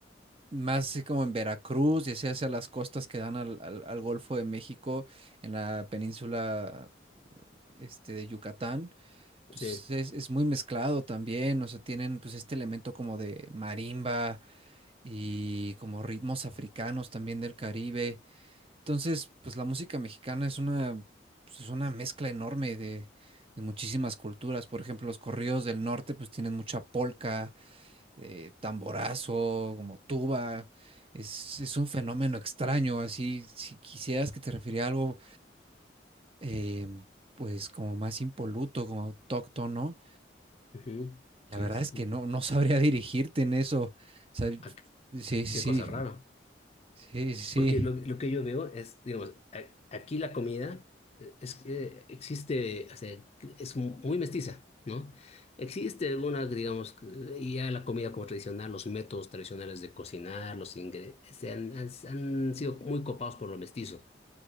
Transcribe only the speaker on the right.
más así como en Veracruz, y hacia, hacia las costas que dan al, al- al Golfo de México, en la península este, de Yucatán. Pues
es, es muy mezclado también, o sea, tienen pues este elemento como de marimba y como ritmos africanos también del Caribe. Entonces, pues la música mexicana es una, pues, es una mezcla enorme de, de muchísimas culturas. Por ejemplo, los corridos del norte, pues tienen mucha polca, eh, tamborazo, como tuba. Es, es un fenómeno extraño. Así, si quisieras que te refiriera a algo, eh, pues como más impoluto, como autóctono, ¿no?
la
verdad
es que
no, no sabría <laughs> dirigirte en eso. O sea,
sí, sí, sí,
sí, sí. Sí,